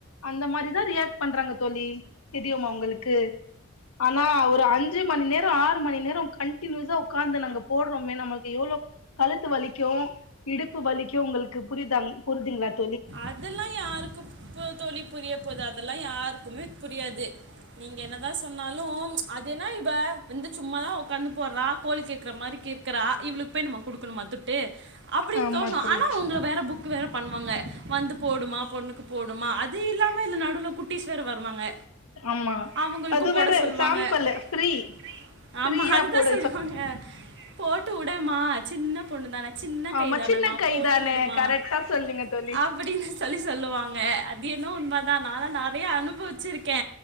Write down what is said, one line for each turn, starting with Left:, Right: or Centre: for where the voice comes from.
Left: அந்த மாரிதா ரியாக்ட் பண்றாங்க தோழி தெரியுமா உங்களுக்கு ஆனா ஒரு அஞ்சு மணி நேரோ ஆறு மணி நேரோ கன் டினியூஸா உக்காந்து நாங்க போட்றோமே நம்மளுக் எவ்ளோ கழுத்து வலிக்கூ இடுப்பு வலிக்கூ உங்கள்க்கு புரிதாங் புரிதிங்ளாத்
Right: அதல்லா யாருக்குப்பு தோழி புரிய போது அத ல்லா யாருக்குமே புரியாது நீங்க என்னதா சொன்னாலு அதென்ன இவ வந்து சும்மாதா ஒக்காந்து போட்றா கோழி கிருக்கற மாரி‌ கிருக்றா இவளுக் பொய் நம்ம குடுக்குணுமா துட்டு அப்படின்
Left: ஆமா
Right: தோணு
Left: தோழி
Right: ஆனா உங்ள வேற புக்கு வேற பண்வாங்க. போடுமா பொண்ணுக்கு போடுமா அது இல்லாம இதல நடுவுல குட் டிஸ் வேற வருவாங்க
Left: ஆமா
Right: அவுங்குள்க்கூ
Left: அது
Right: போட
Left: வேற
Right: சொல்வாங்க
Left: சாம்பிள்
Right: <inaudible>
Left: ஃப்ரீ ஃப்ரீயா
Right: ஆமா அதுதா
Left: போட
Right: சொல்லுவாங்க போட்டு உடேமா சின்ன பொண்ணு தான சின்ன
Left: ஆமா
Right: கை தானேமா
Left: சின்ன கை
Right: போட்டு
Left: தானே
Right: உடுமா
Left: கரெக்டா
Right: <inaudible>
Left: சொல்றீங்க தோழி
Right: அப்டின்னு சொல்லி சொல்லுவாங்க அதென்னவோ உண்மதா நாலா நா றைய அனுபவிச்சிருக்கே